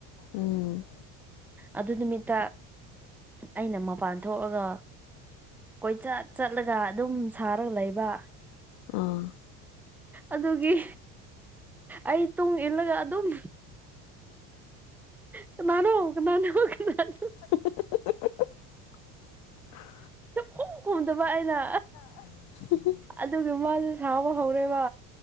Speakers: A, on the left; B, in the centre.
A: ꯎꯝ
B: ꯑꯗꯨ ꯅꯨꯃꯤꯠꯇ ꯑꯩꯅ ꯃꯄꯥꯟ ꯊꯣꯛꯑꯒ ꯀꯣꯏꯆꯠ ꯆꯠꯂꯒ ꯑꯗꯨꯝ ꯁꯥꯔꯒ ꯂꯩꯕ
A: ꯑꯥ
B: ꯑꯗꯨꯒꯤ ꯑꯩ ꯇꯨꯡ ꯏꯜꯂꯒ ꯑꯗꯨꯝ ꯀꯅꯥꯅꯣ ꯀꯅꯥꯅꯣ ꯀꯅꯥꯅꯣ
A: <inaudible>
B: ꯈꯨꯝ ꯈꯣꯡꯗꯕ ꯑꯩꯅꯥ
A: <unintelligible>
B: ꯑꯗꯨꯒꯤ ꯃꯥꯁꯦ ꯁꯥꯎꯕ ꯍꯧꯔꯦꯕ